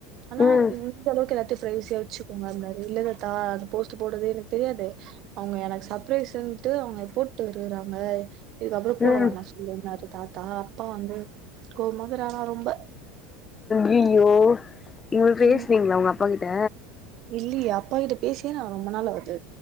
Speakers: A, on the right (about 55°); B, on the left (about 25°).
A: அனா
B: ம்
A: இந் இந் அளவுக் எல்லாத்யு ப்ரைவசியா வச்சுக்கோங்க அப்னாரு இல்ல தாத்தா அது போஸ்ட்டு போட்டதே எனக் தெரியாது அவ்ங்க எனக் சர்ப்பரைஸ்ன்ட்டு அவ்ங்க இத் போட்டு இருக்குறாங்க இதுகப்புற போடவானா
B: ம்
A: சொல்லுன்னாரு தாத்தா அப்பா வந்து கோவ்மாக்குறாறா ரொம்ப
B: யிய்யோ இவுள் பேஸ்னீங்ளா
A: ம்
B: ஒங் அப்பா கிட்ட
A: இல்லியே அப்பா கிட்ட பேசியே நா ரொம்ப நாள் ஆவ்து